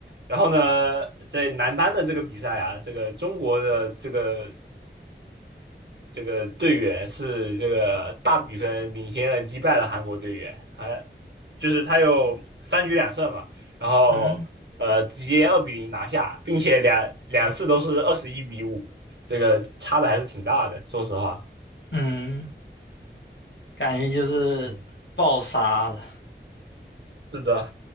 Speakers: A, on the right (about 70°); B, on the left (about 75°).
A: 然后呢，在男单的这个比赛啊，这个中国的这个这个队员是这个大比分领先了击败了韩国队员，还就是他有三局两胜嘛，然后呃直接二比零拿下，
B: 嗯
A: 并且两两次都是二十一比五，这个差的还是挺大的，说实话。
B: 嗯，感觉就是爆杀了，
A: 嗯，是的，